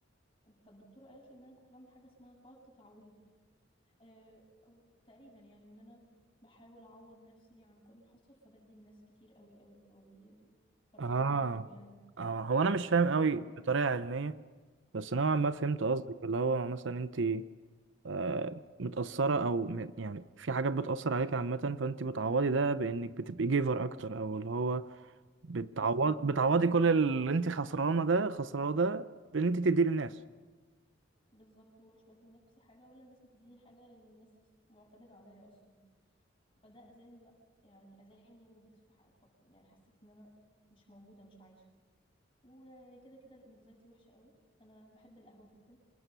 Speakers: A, on the left; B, on the right.
A: فالدكتورة قالت لي ان انا كنت بعمل حاجة اسمها فرط تعويض آه، او تقريبا يعني ان انا بحاول اعوض نفسي عن كل اللي حصل فبدي الناس كتير قوي قوي قوي دي طريقة
B: اه
A: من الطرق يعني
B: اه هو انا مش فاهم قوي
A: اه
B: بطريقه علميه بس نوعا ما فهمت
A: امم
B: قصدك اللي هو مثلا انت آه متأثرة او م- يعني في حاجات بتأثر عليك عامة فانت بتعوضي ده بانك بتبقي جيفر اكتر او اللي هو بتعوض
A: بالظبط
B: بتعوضي
A: بالظبط
B: كل اللي انت خسرانه ده خسرانه ده بان انت تديه للناس
A: بالظبط ومش بدي لنفسي حاجة ولا الناس بتديني حاجة لأن الناس معتمدة عليا أصلا فده أذاني بقى يعني أذاني وجيت في ح... ف... يعني حسيت إن أنا مش موجودة مش عايشة وكده كده الانكزايتي وحشة قوي انا بحب القهوة جدا